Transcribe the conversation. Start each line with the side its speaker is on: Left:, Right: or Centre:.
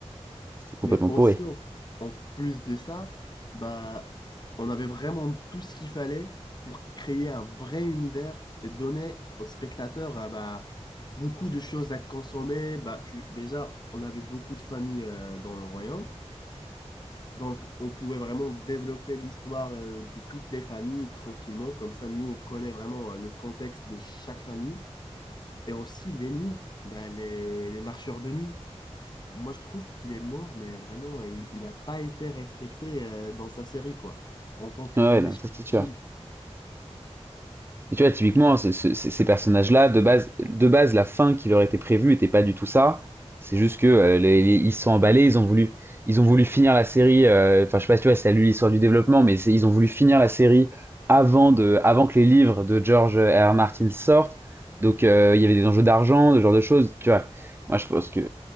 Right: C'était complètement
Left: Mais aussi,
Right: pourri.
Left: en, en plus de ça, bah, on avait vraiment tout ce qu'il fallait pour créer un vrai univers et donner aux spectateurs ah, bah, beaucoup de choses à consommer. Bah, tu, déjà, on avait beaucoup de familles euh, dans le royaume. Donc, on pouvait vraiment développer l'histoire euh, de toutes les familles tranquillement. Comme ça, nous, on connaît vraiment euh, le contexte de chaque famille. Et aussi l'ennemi, bah, les, les marcheurs de nuit. Moi, je trouve qu'il est mort, mais vraiment, il, il a pas été respecté euh, dans sa série, quoi, en tant que
Right: Ouais,
Left: méchant
Right: non, ça c'est sûr.
Left: ultime.
Right: Et tu vois, typiquement, ce- ce- ces ces personnages-là, de base, de base, la fin qui leur était prévue était pas du tout ça. C'est juste que euh, les- les- ils se sont emballés, ils ont voulu, ils ont voulu finir la série. euh, Enfin, je sais pas si tu vois, si t'as lu l'histoire du développement, mais c'est- ils ont voulu finir la série avant de, avant que les livres de George R. Martin sortent. Donc, euh, il y avait des enjeux d'argent, ce genre de choses. Tu vois, moi, je pense que,